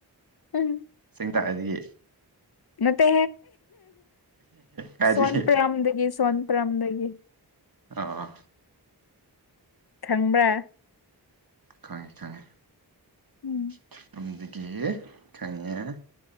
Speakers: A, on the left; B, on the right.
A: ꯎꯝ
B: ꯁꯦꯡ ꯇꯥꯛꯑꯗꯒꯤ
A: ꯅꯠꯇꯦ
B: ꯀꯥꯏꯗꯒꯤ
A: ꯁꯣꯟ ꯄ꯭ꯔꯥꯝꯗꯒꯤ ꯁꯣꯟ ꯄ꯭ꯔꯥꯝꯗꯒꯤ
B: ꯑꯥ
A: ꯈꯪꯕ꯭ꯔꯥ
B: ꯈꯪꯉꯤ ꯈꯪꯉꯤ
A: ꯎꯝ
B: ꯆꯐꯝꯗꯒꯤ ꯈꯪꯉꯦ